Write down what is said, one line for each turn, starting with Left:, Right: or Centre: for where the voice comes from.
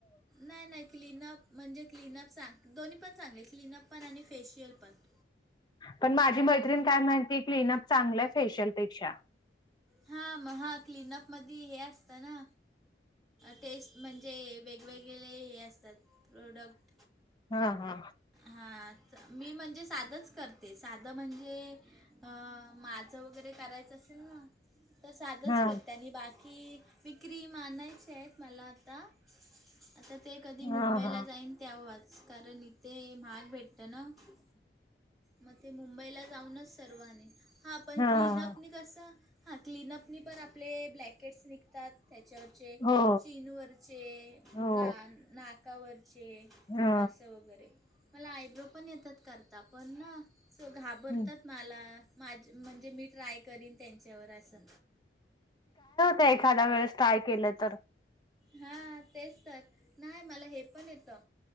Centre: नाई नाई क्लीनप मनजे क्लीनप चा दोनी पन चांगले क्लीनप पन आनी फेशियल पन.
Left: पन माझी मैत्रीन काय म्हणते क्लीनप चांगलय फेशियल पेक्षा.
Centre: हा मग महा क्लिनप मद्यी हे अस्तं ना. टेस्ट मंजे वेगवेगळे हे असतात प्रोडक्ट.
Left: हा हा
Centre: हा, मी मंजे सादच करते सादं म्हनजे. अ माजं वगैरे करायचं असेल ना तर सादच
Left: हा
Centre: करते आनी बाकी मीक्रीम आनायचीएत मला आता. आता ते कदी
Left: हा
Centre: मुंबईला
Left: हा
Centre: जाईन त्यावेच कारन ते माहाग भेटतं ना खूप.
Left: <inaudible>
Centre: म ते मुंबईला जाऊनच सर्वं आनीन, हा पन
Left: हा
Centre: क्लीनप नी कसं हा क्लीनप नी पण आपले ब्लॅकेट्स निघतात त्यांच्यावर चे
Left: हो
Centre: चीनवरचे
Left: हो
Centre: ना नाकावरचे.
Left: हा
Centre: असं वगैरे, मला आयब्रो पन येतात करता पन ना घाबरतात.
Left: हम्म.
Centre: माला माज मनजे मी ट्राय करीन त्यांच्यावर असं
Left: त एखाद्या वेळेस ट्राय केलं तर.
Centre: हा तेच तर, नाय मला हे पन येतं